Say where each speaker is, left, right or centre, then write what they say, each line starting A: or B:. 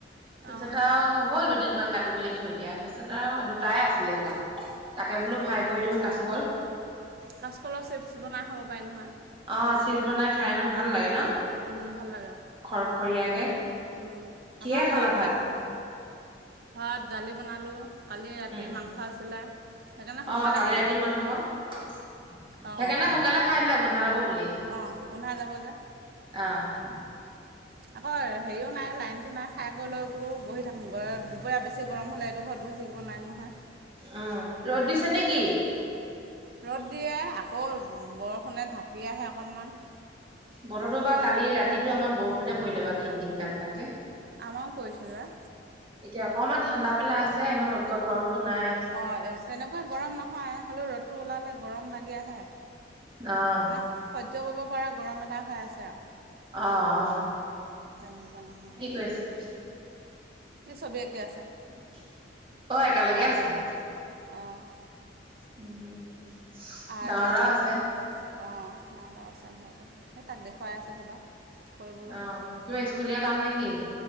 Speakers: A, on the right (about 30°); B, on the right (about 55°).
A: তাৰছত
B: অ', অ',
A: আও হ'ল দুদিনমান কাটি মেলি থৈ দিয়া, তাৰছত আও দুটাই আছিলে গৈ, তাকে বোলো
B: অ',
A: ফ্ৰাই কৰি দিওঁ কাচকল।
B: কাচকলৰ চিপছ বনাই খাব পায় নহয়।
A: অ', চিপছ বনাই খায় নহয়, ভাল লাগে ন?
B: উম, ভাল লাগে।
A: খৰখৰীয়াকে
B: উম,
A: কিহে
B: আমাও
A: খালা
B: হৈ আছে
A: ভাত
B: এ ভাত দালি বনালোঁ, কালি ৰাতিৰ
A: উম
B: মাংস আছিলে। সেইকাৰণে সোনকালে
A: অ', কালি
B: খালোঁ
A: ৰাতিৰ
B: আৰু
A: মাংস। সেইকাৰণে
B: অ',
A: সোনকালে খাই দিলো আও গোন্ধ ওলাব বুলি,
B: অ', গোন্ধাই যাব যে।
A: অ'
B: আকৌ হেৰিও নাই, লাইনটো নাই, খায় কৈ লৈ বোলো বহি থাকোংগৈ, দুপৰীয়া বেছি গৰম হ'লে <unintelligible> ঘৰত বহি থাকিব নোৱাৰিম নহয়।
A: অ', ৰ'দ দিছে নে কি?
B: ৰ'দ দিয়ে, আকৌ বৰষুণে ঢাকি আহে অকণমান।
A: বতৰটো বা কালি ৰাতিটো আমাৰ বৰষুণে পৰিলে বা কিন কিন কান কানকে।
B: আমাও পৰিছিলে।
A: এতিয়া অকমান ঠাণ্ডা পেলাই আছে, ইমান উৎকট গৰমতটো নাই।
B: অঁ', তেনেকুৱা গৰম নহয় হ'লেও ৰ'দটো ওলালে গৰম লাগি আহে।
A: অ',
B: মানে সহ্য কৰিব পাৰা গৰম এটা হৈ আছে আও।
A: অ', অ'।
B: তেনেকুৱা নহয়
A: <inaudible>
B: কি ছবি আঁকি আছে?
A: <inaudible>
B: আৰ
A: আছা
B: <inaudible> অঁ'
A: <inaudible>
B: আৰ্টৰ
A: ডাঙৰ দাদাও
B: কিবা
A: আছে।
B: অঁ', ডাঙৰ দাও আছে ঘৰতে, সেই তাক দেখুৱাই আছে কিবা। কৰিবলৈ
A: অ', কিবা স্কুলীয়া কাম নে কি?